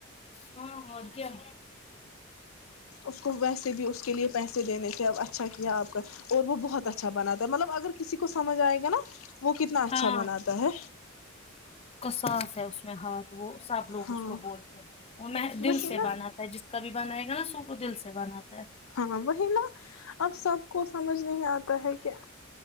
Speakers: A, on the left; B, on the left.
A: ہاں ہ کیاا
B: اس کو ویسے بھی اس کے لیے پیسے دینے تھے اچھا کیا آپ کا اور وہ بہت اچھا بناتا ہے مطلب اگر کسی کو سمجھ آئے گا نا وہ کتنا اچھا
A: ہاں
B: بناتا ہے
A: ساس آیا اس م میں ہاتھ وہ س آب لوگ
B: ہاں
A: اس کو بولتے ہیں وہ دل
B: وہی
A: سے
B: نا
A: بناتا ہے جس کا بھی بنا ہے ن سو کو دل سے بناتا ہے
B: ہاں وہی نا اب سب کو سمجھ نہیں آتا ہے کیا